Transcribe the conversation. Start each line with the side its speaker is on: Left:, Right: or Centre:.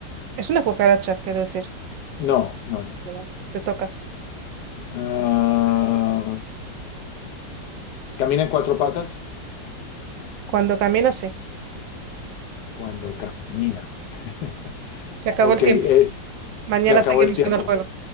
Right: Es una cucaracha, quiero decir.
Left: No, no, no.
Right: Vale, vale, te toca.
Left: Ah, ¿camina en cuatro patas?
Right: Cuando camino, sí.
Left: Cuando camina. <laughs>
Right: Se acabó
Left: Ok,
Right: el tiempo.
Left: eh,
Right: Mañana
Left: Se acabó
Right: seguimos
Left: el tiempo.
Right: con el juego.